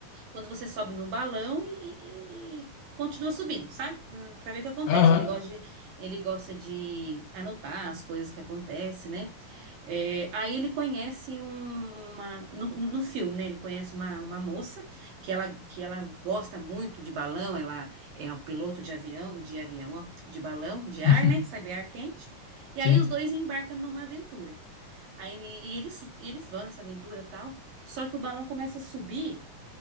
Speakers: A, on the right (about 80°); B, on the left (about 70°).
A: quando você sobe no balão e, e- continua subindo, sabe? Hum, Pra ver o que acontece.
B: Aham.
A: Ele gosta de, ele gosta de anotar as coisas que acontecem, né? É, aí ele conhece um- uma no, no filme, né? Ele conhece uma, uma moça que ela, que ela gosta muito de balão. Ela é um piloto de avião, de avião, ó, de balão, de ar,
B: <laughs>
A: né? Sabe, ar quente. E
B: Sim.
A: aí os dois embarcam numa aventura. Aí, e eles, e eles vão nessa aventura e tal. Só que o balão começa a subir.